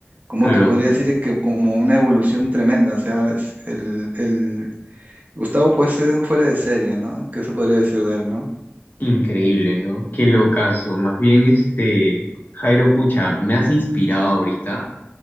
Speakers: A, on the right; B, on the left.
A: ¿cómo
B: claro,
A: te podría decir que como una evolución tremenda? O sea, es el, el- Gustavo puede ser un fuera de serie, ¿no? ¿Qué se podría decir de él, no?
B: increíble, ¿no? Qué locazo. Más bien, este, Jairo, pucha, me has inspirado ahorita.